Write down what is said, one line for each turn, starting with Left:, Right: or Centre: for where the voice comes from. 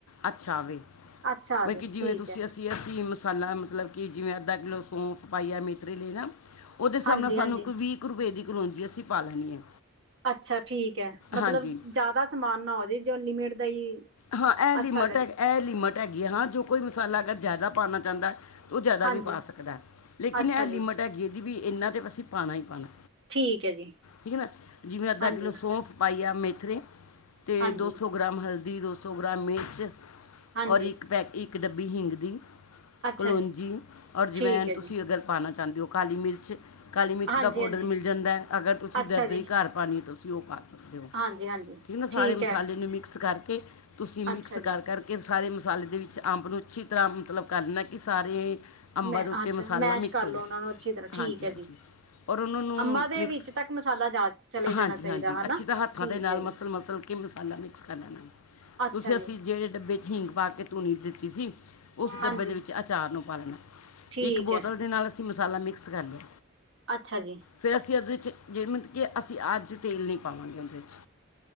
Left: ਅੱਛਾ ਆਵੇ
Right: ਅੱਛਾ ਆ ਜੇ
Left: ਮਤ ਕਿ
Right: ਠੀਕ
Left: ਜਿਵੇਂ ਤੁਸੀਂ
Right: ਹੈ
Left: ਅਸੀਂ ਅਸੀ ਸਾਲਾ ਮਤਲਬ ਕਿ ਜਿਵੇਂ ਅੱਧਾ ਕਿੱਲੋ ਸੌਂਫ ਪਾਈ ਆ ਮੇਥਰੀ ਲੈ ਨਾ ਉਹਦੇ ਹਿਸਾਬ
Right: ਹਾਂਜੀ-ਹਾਂਜੀ।
Left: ਨਾਲ ਸਾਨੂੰ ਕੋਈ ਵੀ ਵੀ ਕੁ ਰਪੇ ਦੀ ਕਲੋਂਜੀ ਅਸੀਂ ਪਾ ਲੈਣੀ ਹੈ
Right: ਅੱਛਾ ਠੀਕ ਹੈ ਮਤਲਬ
Left: ਹਾਂਜੀ
Right: ਜ਼ਿਆਦਾ ਸਮਾਨ ਨਾ ਹੋ ਜਾੇ ਜੋ ਲਿਮਿਟ ਦਾ ਹੀ
Left: ਹਾਂ ਐ ਲਿ
Right: ਅੱਛਾ
Left: ਮਟਹੈ
Right: ਲੱਗੇ
Left: ਇਹਲੀਮਟ ਹੈਗੀ ਹੈ ਹਾਂ ਜੋ ਕੋਈ ਮਸਾਲਾ ਅਗਰ ਜ਼ਿਆਦਾ ਪਾਣਾ ਚਾਹੁੰਦਾ ਹੈ ਉਹ ਜ਼ਿਆਦਾ
Right: ਹਾਂਜੀ
Left: ਵੀ ਪਾ ਸਕਦਾ ਹੈ ਲੇਕਿਨ
Right: ਅੱਛਾ
Left: ਇਹ
Right: ਜੀ
Left: ਲਿਮਟ ਹੈਗੇ ਇਹਦੀ ਵੀ ਇੰਨਾ ਤਾਂ ਅਸੀਂ ਪਾਣਾ ਹੀ ਪਾਣਾ
Right: ਠੀਕ ਹੈ ਜੀ
Left: ਠੀਕ ਹੈ ਨਾ ਜਿਵੇਂ ਅੱਧਾ
Right: ਹਾਂਜੀ-ਹਾਂਜੀ।
Left: ਕਿੱਲੋ ਸੌਂਫ ਪਾਈਆ ਮੇਥਰੇ ਅਤੇ
Right: ਹਾਂਜੀ
Left: ਦੋ ਸੌ ਗ੍ਰਾਮ ਹਲਦੀ ਦੋ ਸੌ ਗ੍ਰਾਮ ਮਿਰਚ
Right: ਹਾਂਜੀ
Left: ਔਰ ਇੱਕ ਪੈਕ ਇੱਕ ਡੱਬੀ ਹਿੰਗ ਦੀ
Right: ਅੱਛਾ
Left: ਕਲੋਂਜੀ
Right: ਜੀ
Left: ਔਰ ਜਵਾੈਣ
Right: ਠੀਕ ਹੈ
Left: ਤੁਸੀਂ
Right: ਜੀ
Left: ਅਗਰ ਪਾਣਾ ਚਾਂਦੇ ਹੋ ਕਾਲੀ ਮਿਰਚ ਕਾਲੀ ਮਿਰਚ
Right: ਹਾਂਜੀ-ਹਾਂਜੀ
Left: ਦਾ ਪਾਊਡਰ ਮਿਲ ਜਾਂਦਾ ਅਗਰ ਤੁਸੀਂ
Right: ਅੱਛਾ
Left: ਦਰਦਰੀ
Right: ਜੀ।
Left: ਘਰ ਪਾਣੀ ਹੈ ਤਾਂ ਤੁਸੀਂ ਉਹ ਪਾ ਸਕਦੇ
Right: ਹਾਂਜੀ-ਹਾਂਜੀ
Left: ਠੀਕ ਨਾ ਸਾਰੇ ਮਸਾਲੇ
Right: ਹੈ
Left: ਨੂੰ ਮਿਕਸ ਕਰਕੇ ਤੁਸੀਂ ਮਿਕਸ
Right: ਅੱਛਾ ਜੀ
Left: ਕਰ ਕਰ ਕਿ ਸਾਰੇ ਮਸਾਲੇ ਦੇ ਵਿੱਚ ਅੰਬ ਨੂੰ ਅੱਛੀ ਤਰ੍ਹਾਂ ਮਤਲਬ, ਕਰਨਾ ਕਿ ਸਾਰੇ, ਅੰਬਾਂ
Right: ਮੈਂ
Left: ਦੇ ਉੱਤੇ
Right: ਅੱਛਾ
Left: ਮਸਾਲਾ
Right: ਮੈਸ਼
Left: ਮਿਕਸ
Right: ਕਰ
Left: ਹੋ
Right: ਲਓ
Left: ਜਾਏ,
Right: ਉਹਨਾਂ ਨੂੰ ਅੱਛੀ ਤਰ੍ਹਾਂ ਠੀਕ
Left: ਹਾਂਜੀ-ਹਾਂਜੀ।
Right: ਹੈ ਜੀ
Left: ਔਰ ਉਹਨਾਂ ਨੂੰ
Right: ਅੰਬਾ ਦੇ
Left: ਮਿਕਸ,
Right: ਵਿੱਚ ਤੱਕ ਮਸਾਲਾ ਜਾ ਚਲੇ ਜਾਣਾ
Left: ਹਾਂਜੀ-ਹਾਂਜੀ,
Right: ਚਾਹੀਦਾ ਹੈ ਨਾ
Left: ਅੱਛੀ ਤਰ੍ਹਾਂ ਹੱਥਾਂ
Right: ਠੀਕ
Left: ਦੇ ਨਾਲ
Right: ਹੈ ਜੀ
Left: ਮਸਲ-ਮਸਲ ਕੇ ਮਸਾਲਾ ਮਿਕਸ ਕਰ ਲੈਣਾ,
Right: ਅੱਛਾ
Left: ਤੁਸੀਂ
Right: ਜੀ
Left: ਅਸੀਂ ਜਿਹੜੇ ਡੱਬੇ ਹਿੰਗ ਪਾਕੇ ਧੂਣੀ ਦਿੱਤੀ ਸੀ, ਉਸ
Right: ਹਾਂਜੀ
Left: ਡੱਬੇ ਦੇ ਵਿੱਚ ਅਚਾਰ ਨੂੰ ਪਾ ਲੈਣਾ।
Right: ਠੀਕ
Left: ਇੱਕ ਬੋਤਲ
Right: ਹੈ
Left: ਦੇ ਨਾਲ, ਅਸੀਂ ਮਸਾਲਾ ਮਿਕਸ ਕਰ ਲਿਆ।
Right: ਅੱਛਾ ਜੀ।
Left: ਫਿਰ ਅਸੀਂ ਉਹਦੇ 'ਚ ਜਿਹੜੇ ਮਤਲਬ ਕਿ, ਅਸੀਂ ਅੱਜ ਤੇਲ ਨਹੀਂ ਪਾਵਾਂਗੇ ਉਹਦੇ 'ਚ।